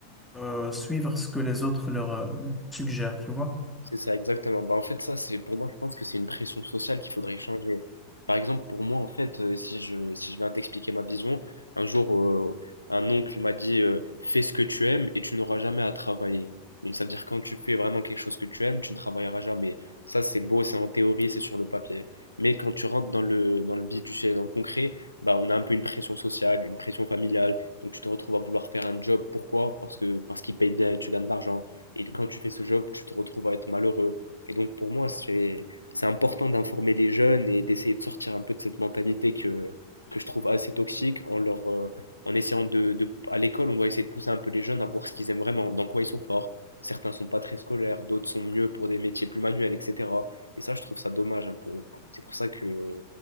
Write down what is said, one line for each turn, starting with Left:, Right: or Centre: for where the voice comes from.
Centre: euh, suivre ce que les autres leur euh, suggèrent, tu vois?
Left: C'est ça, exactement. Bah, en fait, ça, c'est pour moi, je pense que c'est une pression sociale qu'il faudrait changer. Par exemple, pour moi, en fait, euh, si je, si je viens t'expliquer ma vision, un jour, euh, un oncle m'a dit euh, fais ce que tu aimes et tu n'auras jamais à travailler. Donc, ça veut dire quand tu fais vraiment quelque chose que tu aimes, tu ne travailleras jamais. Ça, c'est beau, c'est en théorie, c'est sur le papier. Mais quand tu rentres dans le, dans le vif du sujet, dans le concret, bah, on a un peu une pression sociale, une pression familiale. Donc, tu te retrouves à vouloir faire un job. Pourquoi? Parce que, parce qu'il paye bien et tu gagnes de l'argent. Et quand tu fais ce job, tu te retrouves à être malheureux. Et donc pour moi, c'est c'est important d'informer les jeunes et d'essayer de sortir un peu de cette mentalité que, que je trouve assez toxique en leur euh, en essayant de, de à l'école, on doit essayer de pousser un peu les jeunes à voir ce qu'ils aiment vraiment, dans quoi ils sont forts. Certains sont pas très scolaires, d'autres sont mieux pour des métiers plus manuels, etc. Et ça, je trouve ça dommage un peu. C'est pour ça que